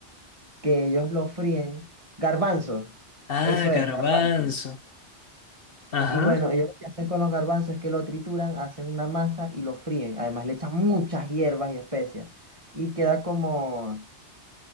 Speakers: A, on the right; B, on the left.
A: que ellos lo fríen, garbanzos,
B: Ah,
A: eso es,
B: garbanzo.
A: garbanzos.
B: Ajá,
A: Y bueno, ellos lo que hacen con los garbanzos es que lo trituran, hacen una masa y lo fríen. Además le echan muchas hierbas y especias. Y queda como,